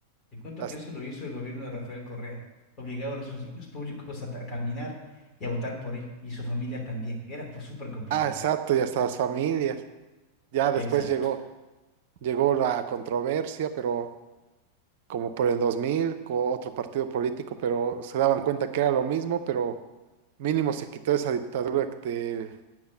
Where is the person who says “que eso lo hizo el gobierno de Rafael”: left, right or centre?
Left